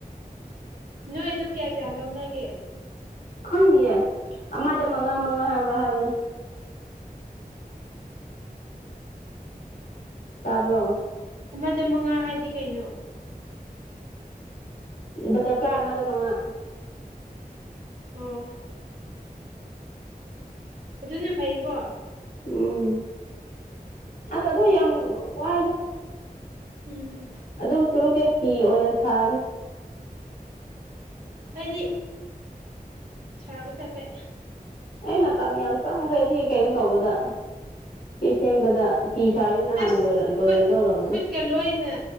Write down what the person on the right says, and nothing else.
ꯅꯣꯏ ꯑꯗꯨ ꯀꯌꯥ ꯀꯌꯥ ꯂꯧꯅꯒꯦ꯫
ꯑꯃꯗ ꯃꯉꯥ ꯍꯥꯏꯗꯤ ꯀꯩꯅꯣ?
ꯑꯣ꯫ ꯑꯗꯨꯅ ꯐꯩꯀꯣ?
ꯎꯝ꯫
ꯑꯩꯗꯤ, ꯁꯥꯕ ꯇꯜꯂꯦ꯫
ꯑꯁ
ꯈꯨꯠ ꯈꯨꯠꯀ ꯂꯣꯏꯅ